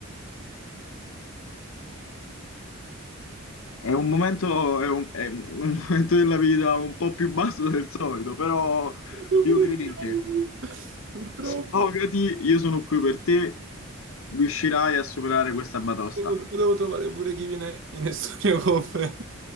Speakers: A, on the left (about 70°); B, on the right (about 60°).
A: È un momento, è un, è un <laughs> momento della vita un po' più basso del solito, però
B: Non
A: io
B: potevo
A: credo in te.
B: così. Purtroppo.
A: Sfogati, io sono qui per te. Riuscirai a superare questa batosta.
B: Potevo potevo trovare pure chi viene in studio con me.